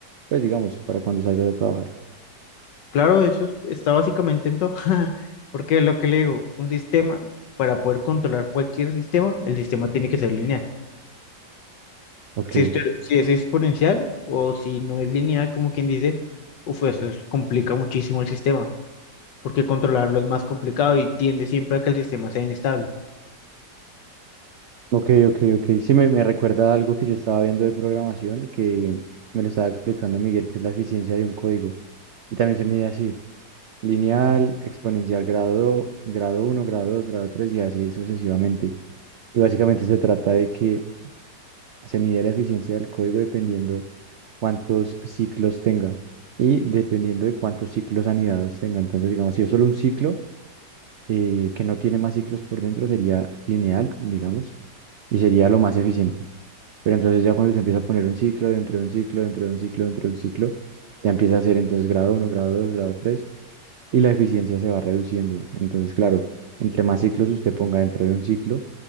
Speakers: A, on the right; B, on the left.
A: pues digamos, para cuando salgas a trabajar?
B: Claro, eso es- está básicamente en todo, <laughs> porque es lo que le digo, un sistema, para poder controlar cualquier sistema, el sistema tiene que ser lineal.
A: Ok,
B: Si usted, si es exponencial o si no es lineal, como quien dice, uf, eso es- complica muchísimo el sistema, porque controlarlo es más complicado y tiende siempre a que el sistema sea inestable.
A: ok, ok, ok. Sí, me, me recuerda a algo que yo estaba viendo de programación que me lo estaba explicando Miguel, que es la eficiencia de un código. Y también se mide así, lineal, exponencial, grado, grado uno, grado 2, grado 3 y así sucesivamente. Y básicamente se trata de que se mide la eficiencia del código dependiendo cuántos ciclos tenga y dependiendo de cuántos ciclos anidados tenga. Entonces, digamos, si es solo un ciclo, eh, que no tiene más ciclos por dentro sería lineal, digamos, y sería lo más eficiente. Pero entonces ya cuando se empieza a poner un ciclo dentro de un ciclo, dentro de un ciclo, dentro de un ciclo, ya empieza a ser entonces grado uno, grado 2, grado 3 y la eficiencia se va reduciendo. Entonces, claro, entre más ciclos usted ponga dentro de un ciclo,